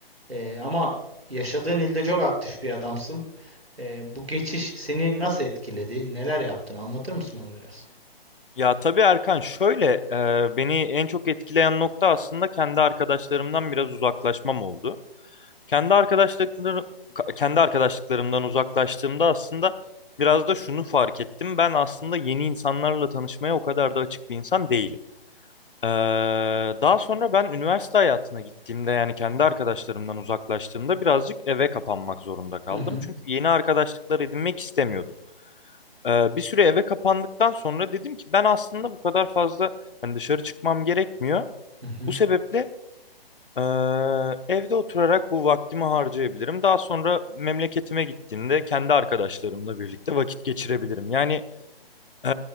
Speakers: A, on the right; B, on the left.
A: e, ama yaşadığın ilde çok aktif bir adamsın. Ee, bu geçiş seni nasıl etkiledi? Neler yaptın? Anlatır mısın bana biraz?
B: Ya tabii Erkan şöyle e, beni en çok etkileyen nokta aslında kendi arkadaşlarımdan biraz uzaklaşmam oldu. Kendi arkadaşlıklarım kendi arkadaşlıklarımdan uzaklaştığımda aslında biraz da şunu fark ettim. Ben aslında yeni insanlarla tanışmaya o kadar da açık bir insan değilim. Ee, daha sonra ben üniversite hayatına gittiğimde yani kendi arkadaşlarımdan uzaklaştığımda birazcık eve kapanmak zorunda kaldım.
A: Hı hı,
B: Çünkü yeni arkadaşlıklar edinmek istemiyordum. Ee, bir süre eve kapandıktan sonra dedim ki ben aslında bu kadar fazla hani dışarı çıkmam gerekmiyor.
A: hı hı.
B: Bu sebeple ee, evde oturarak bu vaktimi harcayabilirim. Daha sonra memleketime gittiğimde kendi arkadaşlarımla birlikte vakit geçirebilirim. Yani ee,